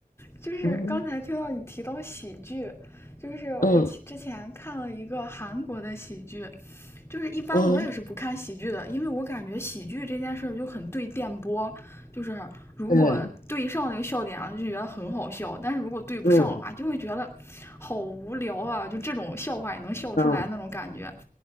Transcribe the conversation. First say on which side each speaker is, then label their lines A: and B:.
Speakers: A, on the left; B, on the left.
A: 就是刚才听到你提到喜剧，
B: <laughs> 嗯
A: 就是我之前看了一个韩国的喜剧，
B: 嗯
A: 就是一般我也是不看喜剧的，
B: 嗯，
A: 因为我感觉喜剧这件事就很对电波，就是如果对上那个笑点了，
B: 对，
A: 就觉得很好笑；但是如果对不上的话，
B: 嗯
A: 就会觉得好无聊啊，就这种笑话也能笑出来那种感觉。
B: 嗯